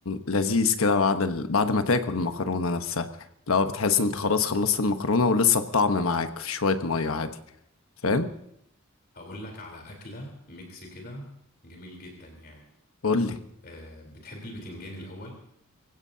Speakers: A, on the left (about 85°); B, on the left (about 50°).
A: لذيذ كده بعد ال... بعد ما تاكل المكرونة نفسها لو بتحس إن أنت خلاص خلصت المكرونة ولسه الطعم معاك في شوية مية عادي فاهم؟
B: هقول لك على اكلة ميكس كده جميل جدا يعني
A: قولي
B: أه بتحب البتنجان الاول